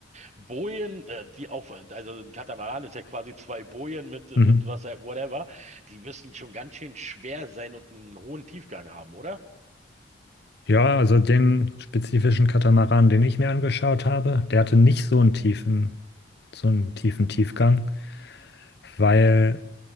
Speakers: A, on the right; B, on the left.
A: Bojen, äh, die auf, also ein Katamaran ist ja quasi zwei Bojen mit,
B: Mhm.
A: mit was, whatever. Die müssen schon ganz schön schwer sein und einen hohen Tiefgang haben, oder?
B: Ja, also den spezifischen Katamaran, den ich mir angeschaut habe, der hatte nicht so einen tiefen, so einen tiefen Tiefgang, weil